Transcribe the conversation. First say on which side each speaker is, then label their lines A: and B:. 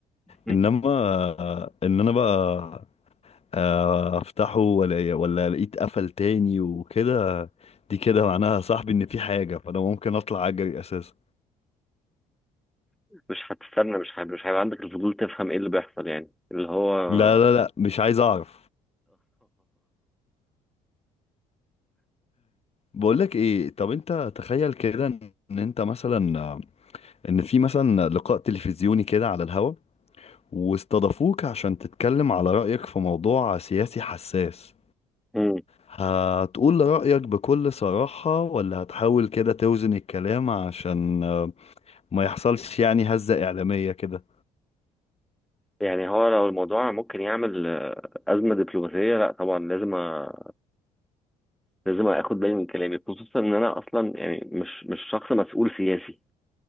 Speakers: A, in the centre; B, on the left.
A: <laughs>
B: انما آه، ان انا بقى آه، افتحه ولا ولا لقيت قفل تاني وكده دي كده معناها يا صاحبي ان في حاجه فانا ممكن اطلع اجري اساسا
A: مش هتستنى مش هت... مش هيبقى عندك الفضول تفهم ايه اللي بيحصل يعني اللي هو
B: لا لا لا مش عايز اعرف بقولك ايه طب انت تخيل كده ان انت مثلا آه، ان في مثلا لقاء تلفزيوني كده على الهوا واستضافوك عشان تتكلم على رأيك في موضوع سياسي حساس
A: <laughs>
B: هتقول رأيك بكل صراحة ولا هتحاول كده توزن الكلام عشان آه، ما يحصلش يعني هزة إعلامية كده
A: يعني هو لو الموضوع ممكن يعمل آه، أزمة دبلوماسية لا طبعا لازم أ... لازم أخد بالي من كلامي خصوصا إن أنا أصلا يعني مش مش شخص مسؤول سياسي